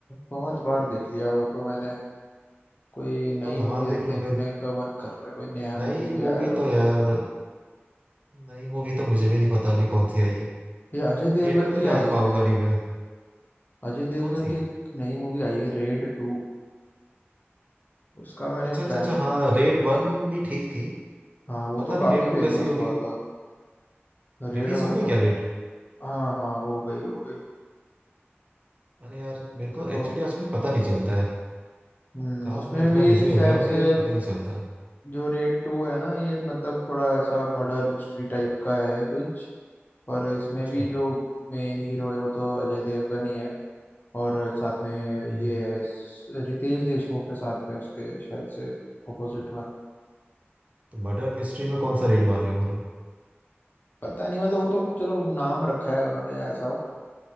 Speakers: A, on the left; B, on the right.
A: बहुत बार देख लिया वो तो मैंने कोई नई
B: तो धमाल
A: मूवी
B: देख लो
A: देखने
B: फिर
A: का मन कर रहा है कोई नया
B: नई
A: मूवी कोई
B: मूवी
A: आया हो
B: तो यार नई मूवी तो मुझे भी नहीं पता अभी कौन सी आई है
A: ये अजय देवगन
B: थिएटर तो
A: की
B: जा
A: आई
B: पाऊंगा
A: है
B: नहीं मैं
A: अजय देवगन
B: कौन सी
A: की एक नई मूवी आई है रेड टू उसका मैंने
B: अच्छा
A: प्लान
B: अच्छा अच्छा हाँ रेड
A: किया
B: वन
A: है
B: भी ठीक थी
A: हाँ वो
B: पता
A: तो
B: नहीं
A: काफी
B: रेड
A: फेमस
B: टू कैसी होगी
A: हुआ था रेड
B: रिलीज
A: वन
B: हो गई
A: तो
B: क्या
A: का-
B: रेड
A: हाँ हाँ हो गई हो गई
B: अरे यार मेरे को
A: तो
B: एक्चुअली आजकल पता नहीं चलता है
A: हम्म
B: काम
A: उसमें
B: में इतना
A: भी
B: बिजी
A: शायद
B: हो गया हूँ
A: से
B: कि पता नहीं चलता
A: जो रेड टू है ना ये मतलब थोड़ा ऐसा मर्डर मिस्ट्री टाइप का है कुछ और इसमें
B: अच्छा
A: भी जो मेन हीरो है वो तो अजय देवगन ही है और साथ में
B: हम्म
A: ये है स- रितेश देशमुख के साथ में उसके शायद से अपोजिट में
B: तो मर्डर मिस्ट्री में कौन सा रेड मार रहे हो बोलो
A: पता नहीं मतलब वो तो चलो नाम रखा है उन्होंने ऐसा